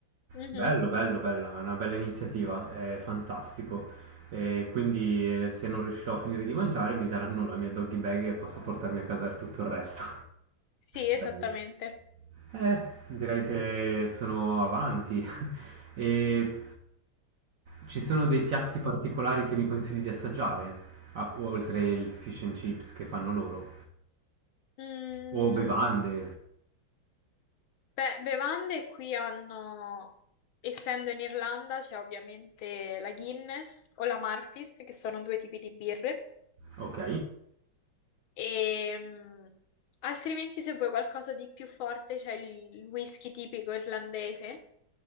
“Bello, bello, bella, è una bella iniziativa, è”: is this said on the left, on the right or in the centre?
Right